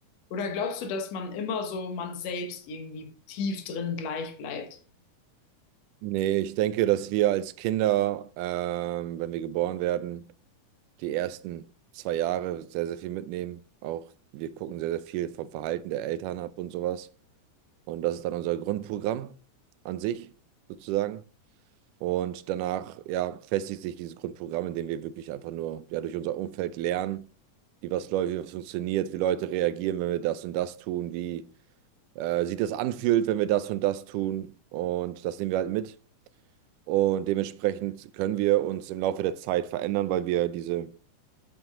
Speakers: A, on the left (about 60°); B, on the right (about 85°).
A: Oder glaubst du, dass man immer so man selbst irgendwie tief drin gleich bleibt?
B: Nee, ich denke, dass wir als Kinder, ähm, wenn wir geboren werden, die ersten zwei Jahre sehr, sehr viel mitnehmen. Auch wir gucken sehr, sehr viel vom Verhalten der Eltern ab und sowas. Und das ist dann unser Grundprogramm an sich, sozusagen. Und danach, ja, festigt sich dieses Grundprogramm, indem wir wirklich einfach nur, ja, durch unser Umfeld lernen, wie was läuft, wie was funktioniert, wie Leute reagieren, wenn wir das und das tun, wie äh, sich das anfühlt, wenn wir das und das tun. Und das nehmen wir halt mit. Und dementsprechend können wir uns im Laufe der Zeit verändern, weil wir diese